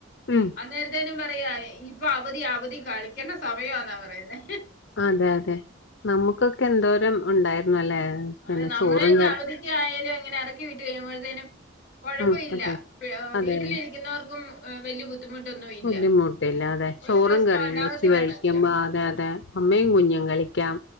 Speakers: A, on the left; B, on the left.
A: ഉം
B: അന്നേരത്തെനും പറയാ ഇപ്പൊ അവധി അവധി കളിക്കണ്ട സമയാന്നാ പറയുന്നെ
A: അതെ അതെ നമുക്കൊക്കെ
B: ഉം
A: എന്തോരം ഉണ്ടായിരുന്നു അല്ലെ പിന്നെ
B: അതെ നമ്മളെയൊക്കെ
A: ചോറും കറി
B: അവധിക്കായാലും ഇങ്ങനെ ഇറക്കി വിട്ട് കഴിയുമ്പോഴത്തേനും കൊഴപ്പഇല്ല
A: ഉം അതെ അതെ
B: വീട്ടിലിരിക്കുന്നവർക്കും വലിയ ബുദ്ധിമുട്ടൊന്നും ഇല്ല
A: ബുദ്ധിമുട്ടില്ല അതെ ചോറും
B: ഒരു പ്രശ്നം
A: കറിയും
B: ഉണ്ടാകത്തില്ലെന്നറിയാം
A: വെച്ച് കളിക്കും അതെ അതെ അമ്മയും കുഞ്ഞും കളിക്കാം